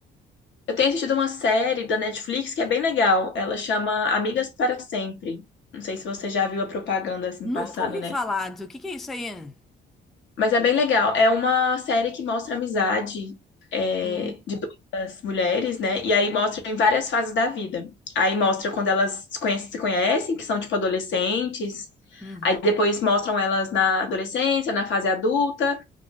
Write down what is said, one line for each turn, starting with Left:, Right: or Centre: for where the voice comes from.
Left: Eu tenho assistido uma série da Netflix que é bem legal. Ela chama Amigas para Sempre. Não sei se você já viu a propaganda assim
Centre: Nunca
Left: passando,
Centre: ouvi
Left: né?
Centre: falar. do- O que que é isso aí?
Left: Mas é bem legal. É uma série que mostra a amizade é,
Centre: Hum,
Left: de duas mulheres, né? E aí mostra em várias fases da vida. Aí mostra quando elas se conhecem, se conhecem, que são tipo adolescentes.
Centre: uhum,
Left: Aí depois mostram elas na adolescência, na fase adulta.